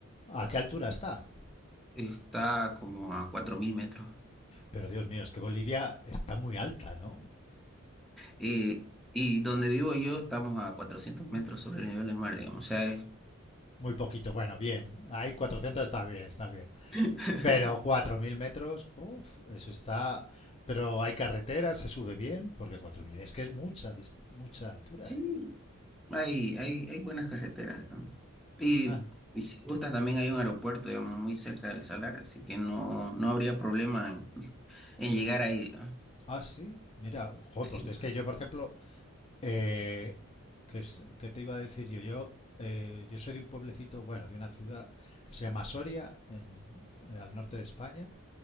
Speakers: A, on the left; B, in the centre.
A: a qué altura está?
B: está como a 4.000 metros.
A: Pero Dios mío, es que Bolivia está muy alta, ¿no?
B: Y, y donde vivo yo estamos a 400 metros sobre el nivel del mar, digamos. O sea, es...
A: Muy poquito. Bueno, bien. Hay 400, está bien, está bien.
B: <laughs>
A: Pero 4.000 metros, puf, eso está... Pero hay carretera, se sube bien, porque 4.000. es que es mucha, dist- mucha altura,
B: Sí,
A: ¿eh?
B: Hay, hay, hay buenas carreteras. digamos. Y,
A: Ah,
B: y si gustas, también hay un aeropuerto, digamos, muy cerca del Salar, así que no, no habría problema en, en llegar ahí. digamos.
A: ah, sí, mira, joder,
B: Eh,
A: pues que es que yo, por ejemplo, eh, que, es- que te iba a decir yo, yo, eh, yo soy de un pueblecito, bueno, de una ciudad que se llama Soria, en, eh, al norte de España,